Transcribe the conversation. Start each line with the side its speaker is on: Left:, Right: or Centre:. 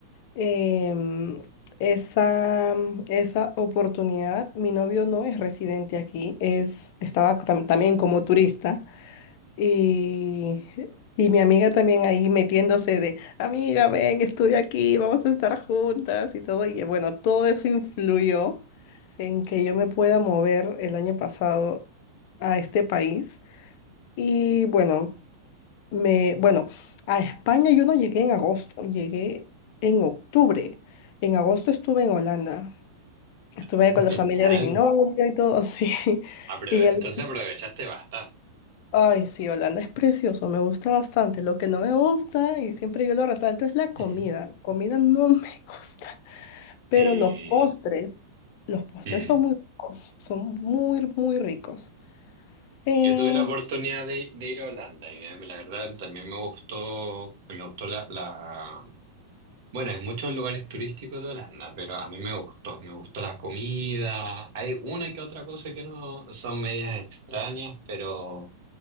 Left: em, esa, esa oportunidad. Mi novio no es residente aquí, es, estaba tam- también como turista y, y mi amiga también ahí metiéndose de, amiga, ven, estudia aquí, vamos a estar juntas y todo. Y bueno, todo eso influyó en que yo me pueda mover el año pasado a este país. Y bueno. Me, bueno, a España yo no llegué en agosto, llegué en octubre. En agosto estuve en Holanda. Estuve
Right: Ah,
Left: ahí con la
Right: Genial.
Left: familia de mi novia y todo así. <laughs>
Right: Aprove-
Left: Y el,
Right: Entonces aprovechaste bastante.
Left: ay, sí, Holanda es precioso, me gusta bastante. Lo que no me gusta, y siempre yo lo resalto, es la comida.
Right: Ujú.
Left: La comida no me <laughs> gusta, pero
Right: Sí.
Left: los postres, los postres
Right: Mm.
Left: son muy ricos, son muy, muy ricos. Eh,
Right: Yo tuve la oportunidad de, de ir a Holanda y eh, la verdad también me gustó, me gustó la, la... Bueno, hay muchos lugares turísticos de Holanda, pero a mí me gustó, me gustó la comida. Hay una que otra cosa que no son medias extrañas, pero